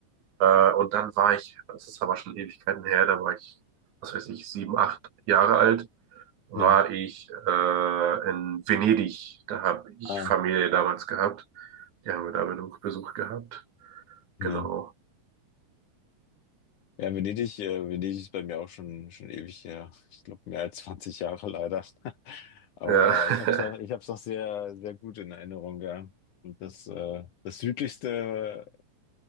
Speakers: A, on the right; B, on the left.
A: Äh, und dann war ich, das ist aber schon Ewigkeiten her, da war ich, was weiß ich, sieben, acht Jahre alt war
B: Ja,
A: ich äh, in Venedig. Da habe ich
B: ah,
A: Familie damals gehabt. Die haben wir da Besuch, Besuch gehabt.
B: ja.
A: Genau.
B: Ja, Venedig, äh, Venedig ist bei mir auch schon, schon ewig her. Ich glaube, mehr als 20 Jahre leider. <laughs> Aber
A: Ja. <laughs>
B: ich habe es noch, ich hab's noch sehr, sehr gut in Erinnerung, ja. Und das, äh, das südlichste